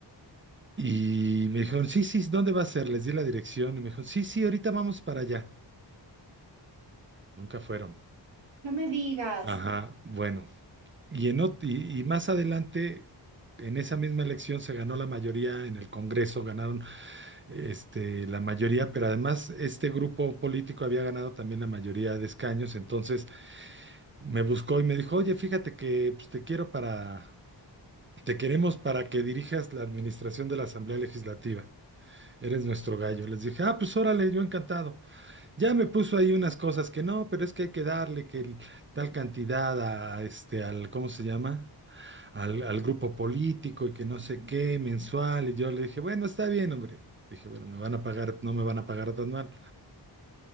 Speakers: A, on the right (about 25°); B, on the right (about 75°).
A: Y me dijeron, sí, sí, ¿dónde va a ser? Les di la dirección y me dijeron, sí, sí, ahorita vamos para allá. Nunca fueron.
B: No me digas.
A: Ajá, bueno. Y, en ot- y, y más adelante, en esa misma elección se ganó la mayoría en el Congreso, ganaron este, la mayoría, pero además este grupo político había ganado también la mayoría de escaños, entonces me buscó y me dijo, oye, fíjate que pues, te quiero para, te queremos para que dirijas la administración de la Asamblea Legislativa. Eres nuestro gallo. Les dije, ah, pues órale, yo encantado. Ya me puso ahí unas cosas que no, pero es que hay que darle que el- tal cantidad a este, al, ¿cómo se llama? al, al grupo político y que no sé qué, mensual. Y yo le dije, bueno, está bien, hombre. Dije, bueno, me van a pagar, no me van a pagar tan mal.